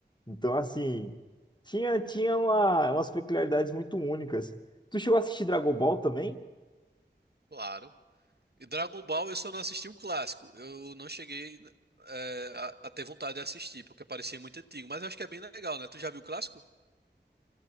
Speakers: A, on the left; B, on the right.
A: Então, assim, tinha, tinha uma, umas peculiaridades muito únicas. Tu chegou a assistir Dragon Ball também?
B: Claro. E Dragon Ball eu só não assisti o clássico. Eu não cheguei é, a, a ter vontade de assistir, porque parecia muito antigo. Mas eu acho que é bem legal, né? Tu já viu o clássico?